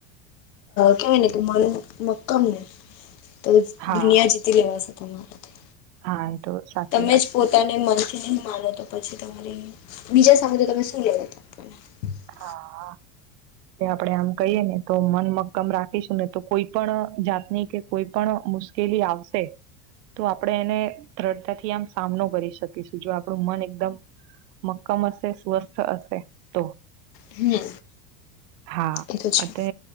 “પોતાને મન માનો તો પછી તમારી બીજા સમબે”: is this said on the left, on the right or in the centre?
Left